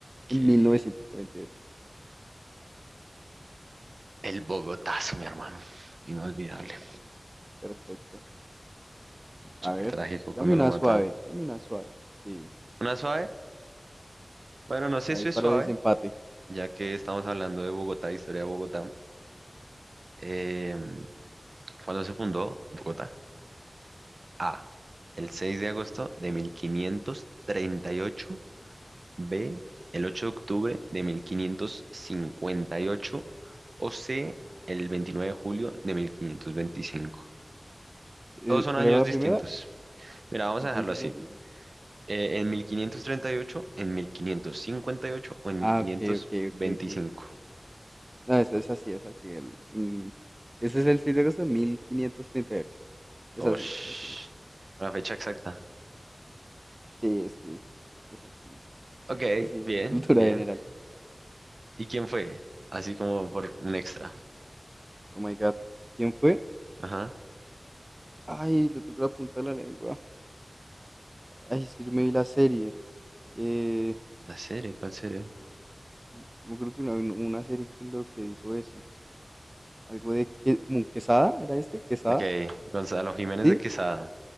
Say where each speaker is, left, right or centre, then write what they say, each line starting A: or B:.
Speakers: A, on the right (about 70°); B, on the right (about 20°).
A: que
B: en 1948?
A: el Bogotazo, mi hermano, inolvidable.
B: Claro, perfecto.
A: Súper
B: A ver,
A: trágico
B: tírame
A: cuando
B: una
A: lo mataron.
B: suave, tírame una suave. Sí,
A: Una suave, bueno, no sé
B: ahí
A: si es
B: para
A: suave,
B: desempate.
A: ya que estamos hablando de Bogotá, historia de Bogotá. Em, ¿Cuándo se fundó Bogotá? A. El 6 de agosto de 1538. B. El 8 de octubre de 1558. O C. El 29 de julio de 1525.
B: Eh,
A: Todos son
B: ¿cuál
A: años
B: era la
A: distintos.
B: primera?
A: Mira, vamos
B: ¿Me
A: a
B: me
A: dejarlo
B: dices
A: así.
B: la primera?
A: Eh, en 1538, en 1558 o en mil
B: Ah,
A: quinientos
B: ok, ok,
A: veinticinco.
B: ok, ok. No, es, es así, es así. El, en- ese es el 6 de agosto de 1538. Es
A: Osh,
B: así, es así.
A: la fecha exacta.
B: Sí, es que es así.
A: Ok,
B: Es así, es
A: bien,
B: de cultura
A: bien.
B: general.
A: ¿Y quién fue? Así como por un extra.
B: Oh my God. ¿Quién fue?
A: Ajá.
B: Ay, lo tengo la punta de la lengua. Ay, es que yo me vi la serie. Eh,
A: ¿La serie? ¿Cuál serie?
B: yo yo me acuerdo que una, una serie que lo que dijo eso. Algo de que, como un Quesada, ¿era este? ¿Quesada?
A: Ok, Gonzalo Jiménez
B: ¿Sí?
A: de Quesada.